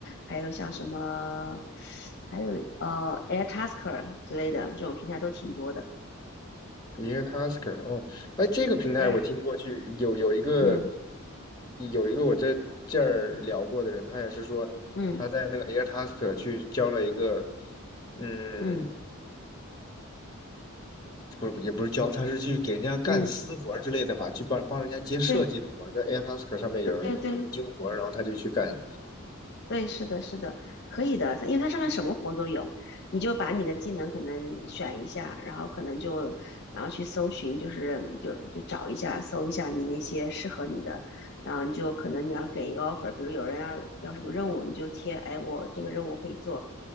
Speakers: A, on the left; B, on the left.
A: 还有像什么，还有呃 Airtasker 之类的这种平台都挺多的。
B: 一个 Tasker 哦，哎，这个平台我听过去，
A: Air，
B: 有有一个
A: 嗯
B: 有一个我这这儿聊过的人，他也是说他在那个
A: 嗯
B: Air Tasker 去交了一个，嗯，
A: 嗯
B: 不是也不是交，他是去给人家干私活儿之类的吧，
A: 嗯，
B: 去帮帮人家接设计的活儿，
A: 对
B: 在 Air Tasker 上面有人有人丢活儿，
A: 对对对。
B: 然后他就去干。
A: 对，是的，是的，可以的。它因为它上面什么活都有，你就把你的技能可能选一下，然后可能就然后去搜寻，就是就就找一下，搜一下你那些适合你的，然后你就可能你要给一个 offer，比如有人要要什么任务，你就贴，哎，我这个任务可以做，